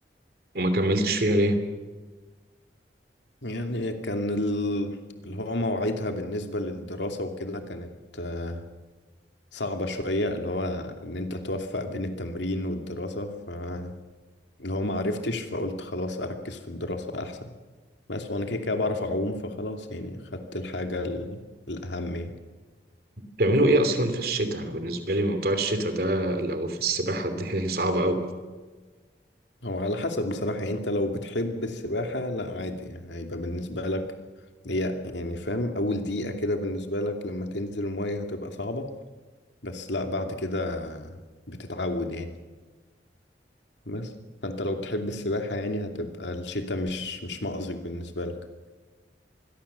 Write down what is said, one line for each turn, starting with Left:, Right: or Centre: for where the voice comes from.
Right: وما كملتش فيها ليه؟
Left: يعني كان ال... اللي هو مواعيدها بالنسبة للدراسة وكده كانت آه، صعبة شوية اللي هو إن أنت توفق بين التمرين والدراسة فاللي هو ما عرفتش فقلت خلاص أركز في الدراسة أحسن بس وأنا كده كده بعرف أعوم فخلاص يعني خدت الحاجة ال- الأهم يعني
Right: بتعملوا ايه اصلا في الشتاء؟ انا بالنسبة لي موضوع الشتاء ده لو في السباحة دي <laughs> صعب اوي
Left: هو على حسب بصراحة يعني انت لو بتحب السباحة لا عادي يعني هيبقى بالنسبة لك هي يعني فاهم أول دقيقة كده بالنسبة لك لما تنزل المية هتبقى صعبة بس لا بعد كده بتتعود يعني بس فانت لو بتحب السباحة يعني هتبقى الشتاء مش مش مأزق بالنسبة لك